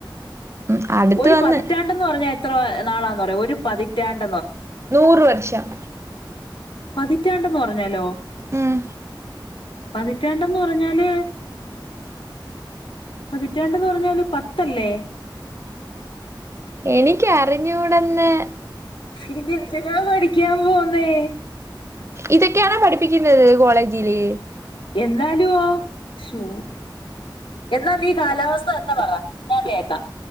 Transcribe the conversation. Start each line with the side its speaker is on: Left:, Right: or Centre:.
Right: ഉം അടുത്ത്
Left: ഒരു
Right: വന്ന്
Left: പതിറ്റാണ്ടന്ന് പറഞ്ഞാ എത്ര നാളാന്ന് പറയാ ഒരു പതിറ്റാണ്ട്
Right: നൂറ് വർഷം
Left: പതിറ്റാണ്ടെന്ന്ന്ന് പറഞ്ഞാലോ
Right: ഉം
Left: പതിറ്റാണ്ടന്ന് പറഞ്ഞാല് പതിറ്റാണ്ടന്ന് പറഞ്ഞാല് പത്തല്ലേ
Right: എനിക്കറിഞ്ഞൂടന്ന്
Left: പിന്ന എന്തിനാ പഠിക്കാൻ പോന്നേ
Right: ഇതൊക്കെയണോ പഠിപ്പിക്കുന്നത് കോളേജില്
Left: എന്നാലുവോ ഷൂ എന്നാ നീ കാലാവസ്ഥ ന്ന പറ ഞാൻ കേക്കാം